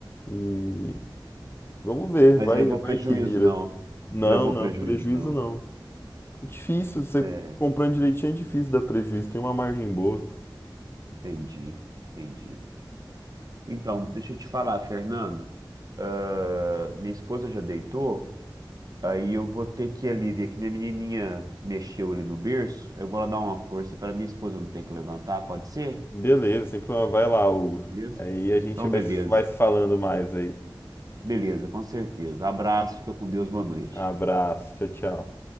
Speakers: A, on the left; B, on the right.
A: E vamos ver,
B: Mas
A: vai,
B: levou prejuízo,
A: vai que vira.
B: não.
A: Não,
B: Levou
A: não,
B: prejuízo,
A: prejuízo
B: não.
A: não. É difícil, você
B: É,
A: comprando direitinho é difícil dar prejuízo, tem uma margem boa.
B: entendi, entendi. Então, deixa eu te falar, Fernando. Ah, minha esposa já deitou, aí eu vou ter que ir ali ver que minha menininha mexeu ali no berço. aí Eu vou lá dar uma força para minha esposa não ter que levantar, pode ser?
A: Beleza, sem problema. Vai lá, Hugo.
B: Beleza?
A: Aí a gente
B: Então,
A: vai,
B: beleza.
A: vai se falando mais aí.
B: Beleza, com certeza. Abraço, fica com Deus, boa noite.
A: Abraço, tchau, tchau.